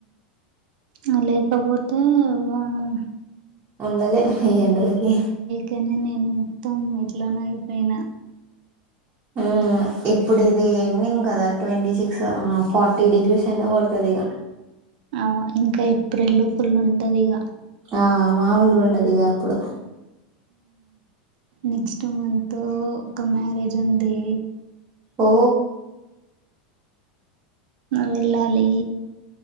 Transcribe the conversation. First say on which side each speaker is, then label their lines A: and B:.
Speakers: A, on the right; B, on the right.
A: మ లేకపోతే వామ్మో
B: ఉండలేం ఈయ్యండలకి
A: అకనే నేను మొత్తం ఎట్లోనో అయిపోయిన
B: అ ఇప్పుడు ఇది ఎండింగ్ కదా ట్వంటీ సిక్స్ ఫార్టీ డిగ్రీస్ ఎంత కొడుతుంది ఇగ
A: ఆ ఇంకా ఏప్రిల్ ఫుల్ ఉంటదిగ
B: ఆ మామూలుగాండదిగా అప్పుడు
A: నెక్స్ట్ మంతంత్ ఒక మ్యారేజ్ ఉంది
B: ఓ
A: వెళ్ళాలి